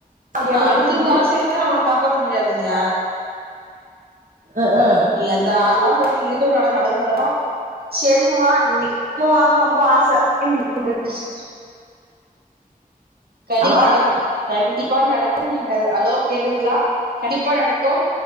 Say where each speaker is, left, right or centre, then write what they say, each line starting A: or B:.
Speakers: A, on the right (about 60°); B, on the right (about 90°).
A: எனக்கு
B: அடுத்தவுங்க
A: வந்து இப்டி
B: ஆசையலா நாம காப்பாத்த முடியாதுங்க
A: ம் ஹு
B: நீங்க அந்த ஆசலா பட்றீங்க இர்க்கறது நட நடக்கு நடக்கோ செரிங்கமா இன்னிக்கு
A: ஆமா ரொம்ப ஆச
B: <unintelligible> கதி
A: ஹலோ
B: கடக்கோ கண்டிப்பா நடக்கும் நீங்க அலோ கேக்குதுங்களா கண்டிப்பா நடக்கும்